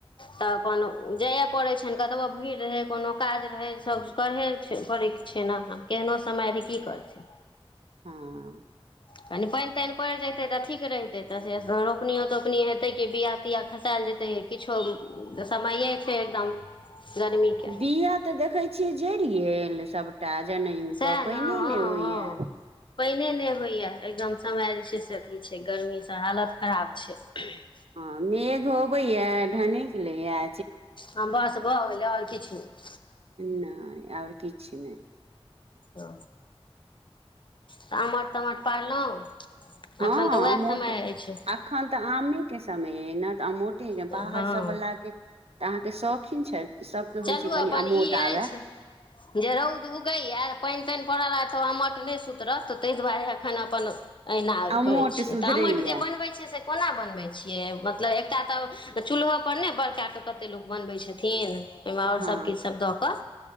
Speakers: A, on the left; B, on the right.
A: तऽ। अपन जाइयए पड़ैत छनि। कतबहु भीड़ रहै कोनो काज रहै सभ करहे छै करैके छै ने आ केहनो समय रहै की करथिन।
B: हँ। <unintelligible>
A: कनि पानि- तानि पड़ि जेतै तऽ ठीक रहितै तऽ से रोपनिओ -तोपनी हेतै कि बआ तियाा खसायल जेतै किछो। समये छै एकदम। <unintelligible> गर्मीके
B: बिआा तऽ देखै छियै। जरि गेल सबटा। <unintelligible> जनम
A: सएह
B: कऽ पहिने
A: ने हँ
B: नहि होइया।
A: हँ
B: <unintelligible>
A: पानिए नहि होइए एकदम समय जे छै से अथी छै गर्मीसँ हालत खराब छै। <unintelligible>
B: हँ मेघ होबै हए ढने के ले ह।
A: हँ बस भ खेले। आओर किछु। <unintelligible>
B: न आ। <unintelligible> किछु नहि। <unintelligible>
A: ओ तऽ -आमट -तमट पारलहुँ।
B: हँ
A: एखन तऽ उएह
B: मोट
A: समय
B: -एखन
A: अछि
B: तऽ आमे के समय। <unintelligible> एना अू। <unintelligible> ठीकै
A: हँ
B: बाहर सब लागाक। <unintelligible> तऽ अहाँके शौकीन छथि। <unintelligible>
A: चलू
B: होइ छै कनि
A: अपन
B: अमोट
A: ई
B: आबय
A: अछि जे रौद उगैए पानि। पड़ल रहथि तऽ मट नहि सुतरत तऽ ताहि दुआरे हखन अपन। अहिना
B: अमोट
A: करैत छियै
B: सुधरैया
A: तऽ आमट जे बनबैत छियै से कोना बनबै छियै मतलब। कटा तऽ- चूल्होो पर ने बड़क कऽ कते लोक बनबै छथिन। ओहिमे आओर
B: हँ
A: सभकिछुसभ दऽ कऽ